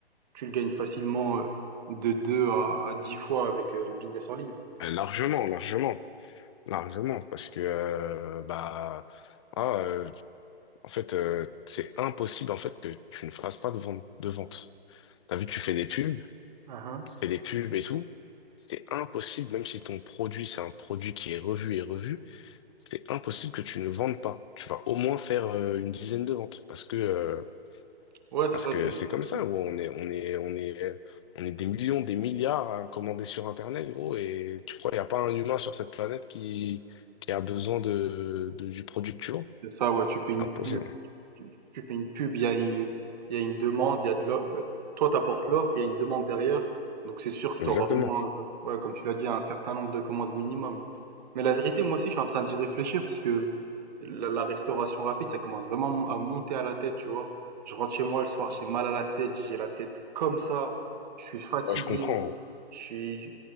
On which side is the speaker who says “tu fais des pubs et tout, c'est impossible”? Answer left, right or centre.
Left